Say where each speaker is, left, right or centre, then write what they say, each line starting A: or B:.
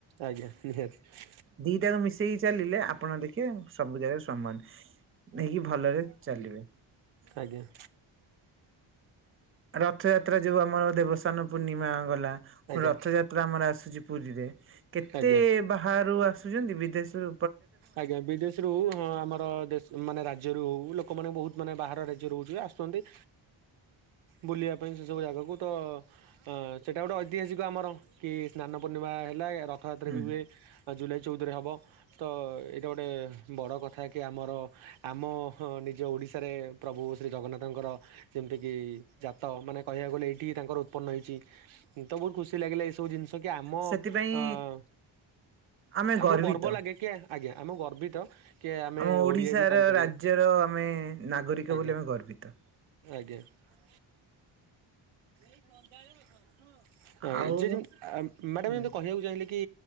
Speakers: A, on the right (about 75°); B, on the right (about 25°).
A: ଆଜ୍ଞା ନିହାତି।
B: ଦିଟାକୁ ମି ଶିକି ଚାଲିଲେ ଆପଣ ଦେଖିବେ ସବୁ ଜାଗାରେ ସମାନ ହେଇକି ଭଲରେ ଚାଲିବେ।
A: ଆଜ୍ଞା।
B: ରଥଯାତ୍ରା ଯୋଉ ଆମର ଦେବସ୍ନାନ ପୂର୍ଣ୍ଣିମା ଗଲା ପୁଣି
A: ଆଜ୍ଞା
B: ରଥଯାତ୍ରା ଆମର ଆସୁଛି ପୁରୀରେ କେତେ
A: ଆଜ୍ଞା।
B: ବାହାରୁ ଆସୁଚନ୍ତି ବିଦେଶ୍ ରୁ
A: ଆଜ୍ଞା ବିଦେଶରୁୁ ହଁ ଆମର ଦେଶ ମାନେ ରାଜ୍ୟରୁ ଲୋକମାନେ ବହୁତ୍ ମାନେ ବାହାର ରାଜ୍ୟରୁ ହଉଚି ଆସୁଛନ୍ତି ବୁଲିବା ପାଇଁ ସେ ସବୁ ଜାଗାକୁ ତ ଅଂ ସେଟା ଗୁଟେ ଐ ତିହାସିକ ଆମର କି ସ୍ନାନ ପୂର୍ଣ୍ଣିମା ହେଲା ରଥଯାତ୍ରା
B: ହୁଁ
A: ବି ହୁଏ ଜୁଲାଇ ଚଉଦରେ ହବ। ତ ଏଇଟା ଗୋଟେ ବଡ଼ କଥା କି ଆମର ଆମ ନିଜ ଓଡ଼ିଶାରେ ପ୍ରଭୁ ଶ୍ରୀ ଜଗନ୍ନାଥଙ୍କର ଯେମିତିକି ଜାତ ମାନେ କହିବାକୁ ଗଲେ ଏଇଠି ତାଙ୍କର ଉତ୍ପନ୍ନ ହେଇଛି। ତ ବହୁତ୍ ଖୁସି ଲାଗିଲା ଏଇସବୁ ଜିନିଷ କି ଆମ
B: ସେଥିପାଇଁ
A: ଅଂ
B: ଆମେ
A: ଆମକୁ
B: ଗର୍ବିତ।
A: ଗର୍ବ ଲାଗେ କି ଆଜ୍ଞା ଆମକୁ ଗର୍ବିତ କି ଆମେ
B: ଆମ ଓଡିଶାର
A: ଓଡିଆ ବି କହିପାରିବା
B: ରାଜ୍ୟର ଆମେ ନାଗରିକ
A: ଆଜ୍ଞା
B: ବୋଲି ଆମେ ଗର୍ବିତ।
A: ଆଜ୍ଞା। <unintelligible> ଯିଏ ଯେମିତି <unintelligible>
B: ଆଉ
A: ମ୍ୟାଡାମ୍
B: ହୁଁ
A: ଏମ୍ତି କହିବାକୁ ଚାହିଁଲେ କି